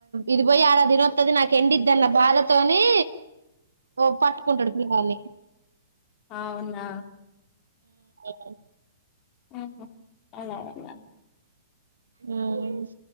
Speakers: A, on the right; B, on the left.
A: ఇరవై ఆడా దినోతుది నాకు ఎండిద్దన్న బాధతోని ఓ పట్టుకుంటాడు పిళ్ళగాన్ని
B: అవునా
A: అఓ
B: ఆహ అలా అలా
A: హ్మ్